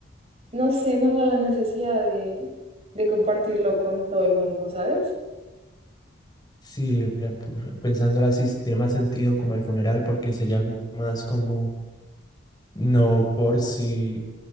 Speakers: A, on the right; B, on the left.
A: no sé, no da la necesidad de, de compartirlo con todo el mundo, ¿sabes?
B: sí, eh, p- pensándolo así, sí tiene más sentido como el funeral, porque sería como más como, no por si